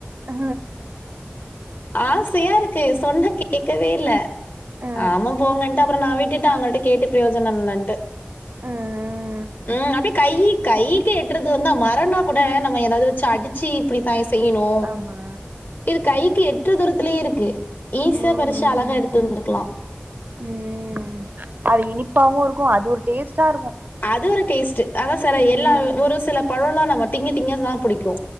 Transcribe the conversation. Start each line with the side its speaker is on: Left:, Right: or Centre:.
Right: ஆ
Left: ஆசையா இருக்கு சொன்னா கேக்கவே இல்ல
Right: ஆ ஆ
Left: ஆமா போங்கன்ட்டு அப்றோ நா விட்டுட்டே அவுங்கள்ட கேட்டு பிரயோனோ இல்லன்ட்டு
Right: ம்
Left: ம் அப்டியே கை கையிக்கு எட்றது தூரோந் தா மரோன்னா கூட நம்ம ஏதாவது சே அடிச்சி இப்புடிதா செய்யணு
Right: ஆமா
Left: இது கைக்கு எட்ற தூரத்துலயே இருக்கு ஈஸியா
Right: ம்
Left: பறிச்சு அழகா எடுத்து வந்திருக்கலா
Right: ம் அது இனிப்பாவு இருக்கு அது ஒரு டேஸ்ட்டா இருக்கு
Left: அதுல டேஸ்ட் அதா செல
Right: ம்
Left: எல்லா ஒரு சில பழோல்லா நம்ம திங்க திங்கதா புடிக்கு